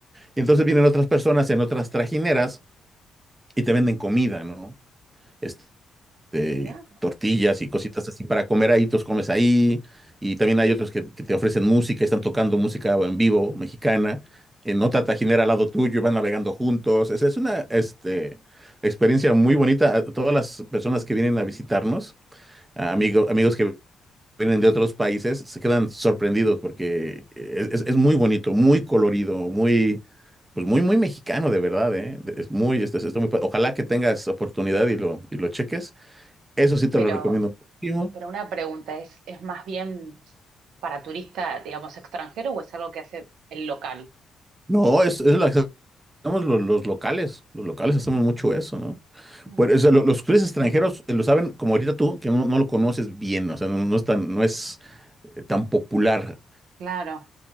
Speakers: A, on the right; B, on the right.
A: Y entonces vienen otras personas en otras trajineras y te venden comida, ¿no? Este, este,
B: mirá.
A: tortillas y cositas así para comer ahí, tú comes ahí. Y también hay otros que, que te ofrecen música, están tocando música en vivo mexicana, en otra tajinera al lado tuyo, y van navegando juntos. Es, es una este, experiencia muy bonita. A Todas las personas que vienen a visitarnos, a amigo- amigos que vienen de otros países, se quedan sorprendidos porque es, es- es muy bonito, muy colorido, muy... Pues muy, muy mexicano, de verdad, ¿eh? Es muy,
B: Y-
A: es es- está muy pa- Ojalá que tengas oportunidad y lo, y lo cheques. Eso sí te
B: pero,
A: lo recomiendo muchísimo.
B: pero una pregunta, ¿es, es más bien para turista, digamos, extranjero o es algo que hace el local?
A: No, es, es la que hacemos los, los locales. Los locales hacemos mucho eso, ¿no?
B: Mm,
A: Pues, o sea, lo- los clientes extranjeros eh, lo saben, como ahorita tú, que no, no lo conoces bien, o sea, no, no es tan, no es eh, tan popular
B: Claro.